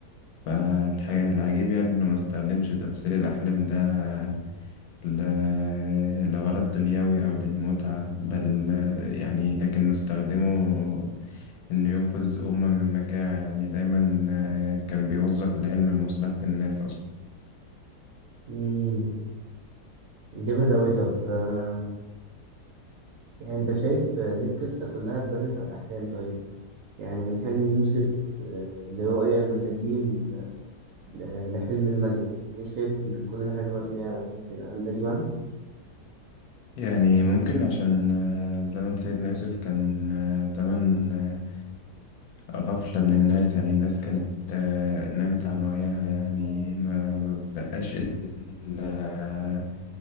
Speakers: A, on the left; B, on the right.
A: فالحقيقة العجيب يعني إنه ما استخدمش تفسير الأحلام ده ل- لغرض دنيوي أو للمتعة بل آه، يعني لكنه استخدمه إنه ينقذ أمة من مجاعة يعني دايما آه، كان بيوظف العلم لمصلحة الناس أصلا
B: مم. جامد أوي طب آه، يعني أنت شايف آه، ليه القصة كلها اتبنت على الأحلام طيب؟ يعني من حلم يوسف آه، لرؤيا المساجين ل- لحلم الملك ليه شايف إن كل حاجة مبنية على أحلام كده هل ده ليه معنى؟
A: يعني ممكن عشان آه، زمن سيدنا يوسف كان آه، زمن آه، غفلة من الناس يعني الناس كانت آه، نامت عن وعيها يعني ما ما بقاش إلا